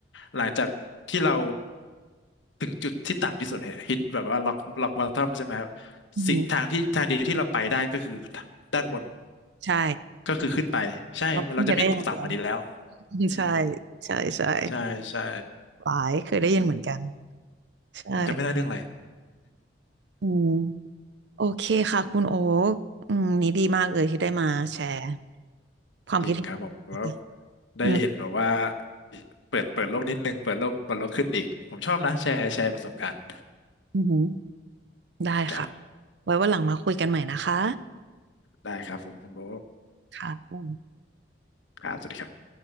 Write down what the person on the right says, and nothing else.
อือหือ
ใช่
เราขึ้นไปได้อย่างเดียว <laughs>
ใช่ใช่ใช่
หลายเคยได้ยินเหมือนกัน
ใช่
อืม โอเคค่ะคุณโอ๊คอืมนี่ดีมากเลยที่ได้มาแชร์ความคิดเห็น
อืม
อือหือได้ค่ะ
ไว้วันหลังมาคุยกันใหม่นะคะ
ค่ะ